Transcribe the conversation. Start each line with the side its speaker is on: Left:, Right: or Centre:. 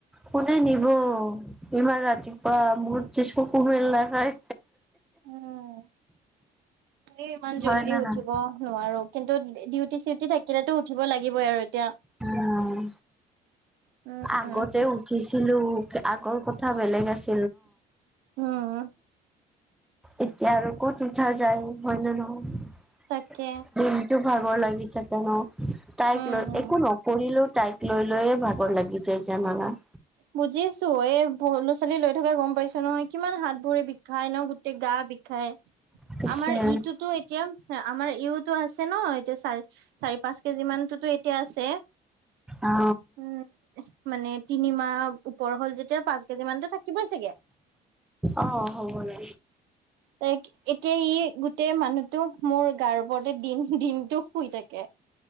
Centre: কোনে নিব। ইমান ৰাতিপুৱা মোৰ যে চকু মেল নাখায়।
Right: উম ইমান
Centre: হয়
Right: জল্দি
Centre: না
Right: উঠিব
Centre: নহয়
Right: নোৱাৰো কিন্তু ডিউটি চিউটি থাকিলেতো উঠিব লাগিবই আৰু। এতিয়া।
Centre: উম,
Right: উম
Centre: আগতে উঠিছিলো আগৰ কথা কথা বেলেগ আছে
Right: উম,
Centre: এতিয়া আৰু ক'ত উঠা যায় হয় নে নহয়।
Right: তাকে
Centre: দিনটো ভাগৰ লাগি থাকে ন তাইক
Right: উম
Centre: লৈ
Right: উম
Centre: একো নকৰিলেও। তাইক লৈ লৈয়ে ভাগৰ লাগি যায় জানানা।
Right: বুজিছো এই ল'ৰা ছোৱালী লৈ থকাে গম পাইছো নহয়। কিমান হাত ভৰি বিষায় ন গোটেই গা বিষায়।
Centre: পিছে
Right: আমাৰ ইটোতো এতিয়া আমাৰ ইউতো আছে ন। এতিয়া চাৰ - চাৰি পাচ কেজি মানতোতো এতিয়া আছে।
Centre: অ
Right: উম, মানে তিনি মাহ ওপৰ হ'ল যেতিয়া পাচ কেজি মানতো থাকিবই চাগে।
Centre: অহ, হব দে।
Right: এ-এতিয়া ই গোটেই মানুহটো মোৰ গাৰ ওপৰতে দিন দিনতটো শুই থাকে।